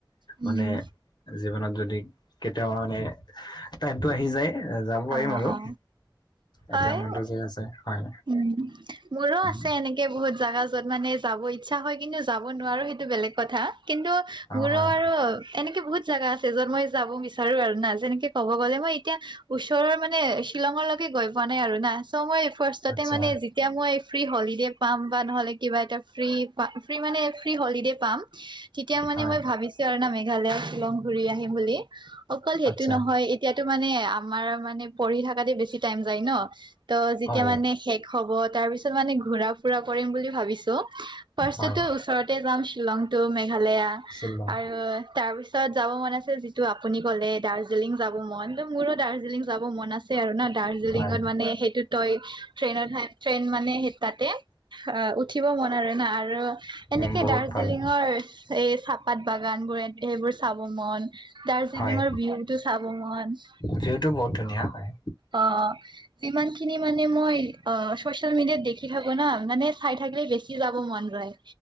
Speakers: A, on the right; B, on the left.
A: উম
B: মানে জীৱনত যদি কেতিয়াবা মানে টাইমতটো আহি যায়, যাব পাৰিম
A: অ
B: আৰু।
A: অ
B: এতিয়া
A: হয়
B: মনটো যাই আছে হয়
A: উম, মোৰো
B: উম,
A: আছে এনেকে বহুত জাগা য'ত মানে যাব ইচ্ছা হয় কিন্তু যাব নোৱাৰো সেইটো বেলেগ কথা। কিন্তু
B: অ,
A: মোৰো
B: হয়,
A: আৰু এনেকে বহুত জাগা আছে য'ত মই যাব বিচাৰো আৰু না যেনেকে কব গ'লে মই এতিয়া ওচৰৰ মানে শ্বিলঙৰলৈকে গৈ পোৱা নাই আৰু না চ' মই ফাৰ্ষ্টতে
B: আচ্ছা,
A: মানে এতিয়া মই ফ্ৰী হলিডে পাম বা নহ'লে কিবা এটা ফ্ৰী মানে ফ্ৰী হলিডে পাম তেতিয়া মানে
B: হয়,
A: মই ভাবিছো আৰু না মেঘালয় শ্বিলং ঘূৰি আহিম বুলি। অকল সেইটো
B: আচ্ছা,
A: নহয় তেতিয়াতো মানে আমাৰ মানে পঢ়ি থকাতে বেছি টাইম যায় ন, ত যেতিয়া
B: হয়,
A: মানে শেষ হ'ব তাৰ পিছত মানে ঘুৰা-ফুৰা কৰিম বুলি ভাবিছো। ফাৰ্ষ্টো
B: হয়।
A: ওচৰতে যাম শ্বিলং টো মেঘালয়া
B: শ্বিলং,
A: আৰু তাৰপিছত পাছত যাব মন আছে যিটো আপুনি ক'লে দাৰ্জিলিং যাব মন ত' মূৰত দাৰ্জিলিং যাব মন আছে আৰু ন দাৰ্জিলিঙত
B: হয়,
A: মানে সেইটো তই ট্ৰেইনত ট্ৰেইন মানে সেই তাতে অ উঠিব মন আৰু না আৰু এনেকে
B: উম, বহুত
A: দাৰ্জিলিঙৰ
B: ভাল,
A: এই চাহপাত বাগান বোৰ সেইবোৰ চাব মন, দাৰ্জিলিঙৰ
B: হয়,
A: ভিউ টো চাব মন।
B: ভিউটো বহুত ধুনীয়া হয়।
A: অ'। যিমানখিনি মানে মই অ চচিয়েল মিডিয়াত দেখি থাকো না মানে চাই থাকিলে বেছি যাব মন যায়।